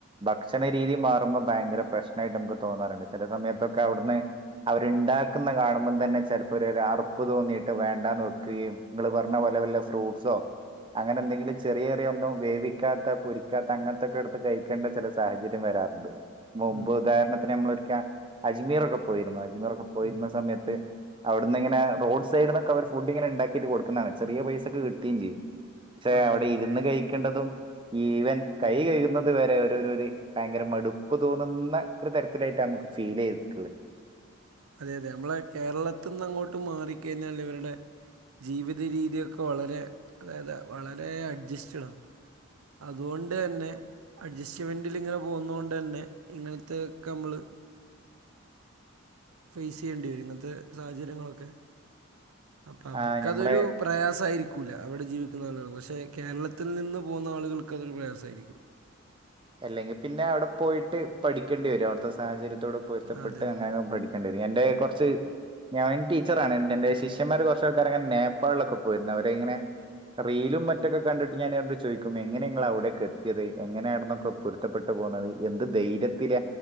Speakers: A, on the right (about 25°); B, on the right (about 85°).
A: ഭക്ഷണ രീതി മാറുമ്പോൾ ഭയങ്കര പ്രശ്നമായിട്ട് നമുക്ക് തോന്നാറുണ്ട് ചില സമയത്തൊക്കെ അവിടുന്ന് ഭ അവര്ണ്ടാക്കുന്ന കാണുമ്പം തന്നെ ചിലപ്പോ ഒരു ഒരു അറപ്പ് തോന്നിയിട്ട് വേണ്ടാന്ന് വെക്കുകയും ഇങ്ങള് പറഞ്ഞ പോലെ വല്ല ഫ്രൂട്ട്സോ അങ്ങനെ എന്തെങ്കിലും ചെറിയ ചെറിയ ഒന്നും വേവിക്കാത്ത പൊരിക്കാത്ത അങ്ങനത്തൊക്കെ എടുത്ത് കഴിക്കേണ്ട ചില സാഹചര്യം വരാറുണ്ട് മുമ്പ്
B: ഉം, ഉം,
A: ഉദാഹണത്തിന് നമ്മളൊര് ക്യാ അജ്മീറൊക്കെ പോയിരുന്നു അജ്മീറൊക്കെ പോയിരുന്ന
B: ഉം, ഉം.
A: സമയത്ത് അവിടുന്ന് ഇങ്ങനെ റോഡ് സൈഡിന്നൊക്കെ ഫുഡ് ഇങ്ങന ഇണ്ടാക്കിട്ട് കൊടുക്കുന്ന ആണ്, ചെറിയ പൈസക്ക് കിട്ടിം ചെയ്യും പക്ഷെ
B: ആ
A: അവിടെ
B: ആ.
A: ഇരുന്ന് കഴിക്കേണ്ടതും ഈവൻ കൈ കഴുകു ന്നത് വരെ ഓരോര് ഭയങ്കര മടു പ്പ് തോന്നുന്ന ഒരു തരത്തിലായിട്ട നമുക്ക് ഫീൽ ചെയ്തിട്ടുള്ളത്.
B: അതെ അതെ നമ്മെളെ കേരളത്തിന്ന് അങ്ങോട്ട് മാറിക്കഴിഞ്ഞാൽ ഇവരുടെ ജീവിതരീതിയൊക്കെ വളരെ അതായത് വളരെ അഡ്ജസ്റ്റഡാണ്. അതുകൊണ്ട് തന്നെ അഡ്ജസ്റ്റ്മെന്റിലിങ്ങനെ പോവുന്നോണ്ട് തന്നെ ഇങ്ങനത്തോക്കെ നമ്മള്. ഫേസ് ചെയ്യേണ്ടി വരും ഇങ്ങനത്തെ സാഹചര്യങ്ങളൊക്കെ. അപ്പൊ അവർക്കതൊരു
A: ആ നമ്മളെ
B: പ്രയാസായിരി ക്കൂല അവിടെ ജീവിക്കുന്ന ആളുകൾക്ക് പക്ഷെ കേരളത്തിൽ നിന്ന് പോകുന്ന ആളുകൾക്ക് അതൊരു പ്രയാസായിരിക്കും.
A: അല്ലെങ്കി പിന്നെ അവിടെ പോയിട്ട് പഠിക്കേണ്ടി വരും അവിടുത്തെ സാഹചര്യത്തോട് പൊരുത്തപ്പെട്ട്
B: അതെ അതെ
A: അങ്ങനങ് പഠി കണ്ടി വരും എന്റെ കുറച്ച്. ഞാനും ടീച്ചറാണ് എന്റെ ശിഷ്യന്മാർ കുറച്ച് ആൾക്കാരൊക്കെ നേപ്പാളിലൊക്കെ പോയിരുന്നു അവരെ ഇങ്ങനെ. റീലും മറ്റൊക്കെ കണ്ടിട്ട് ഞാനവരോട് ചോയിക്കും എങ്ങനെ നിങ്ങൾ അവിടേക്ക് എത്തിയത് എങ്ങനെയായിരുന്നു. ഇപ്പൊ പൊരുത്തപ്പെട്ട് പോകുന്നത് എന്ത് ധൈര്യത്തില